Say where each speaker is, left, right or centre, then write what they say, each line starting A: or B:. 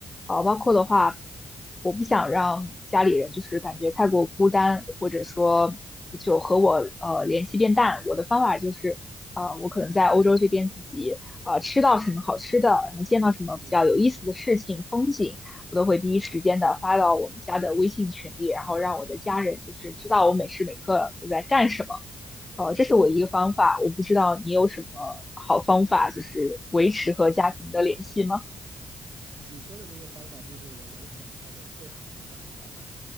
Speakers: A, on the left (about 25°); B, on the right (about 60°).
A: 啊、包括的话，
B: 是的，
A: 我不想让家里人就是感觉太过孤单，或者说就和我呃联系变淡。我的方法就是，呃，我可能在欧洲这边自己呃吃到什么好吃的，然后见到什么比较有意思的事情、
B: 嗯
A: 风景，我都会第一时间的发到我们家的微信群里，
B: 嗯
A: 然后让我的家人就是知道我每时每刻都在干什么。
B: 哦，
A: 呃，
B: 嗯。
A: 这是我一个方法，我不知道你有什么好方法，就是维持和家庭的联系吗？
B: 你说的这个方法就是我能想到的最好的办法了，